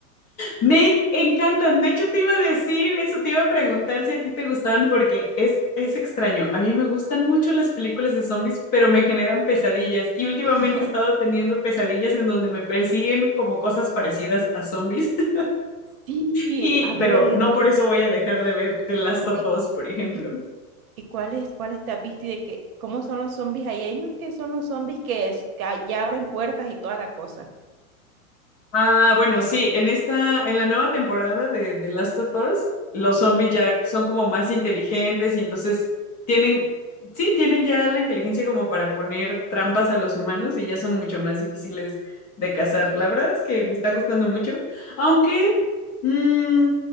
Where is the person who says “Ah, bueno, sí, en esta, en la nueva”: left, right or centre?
Left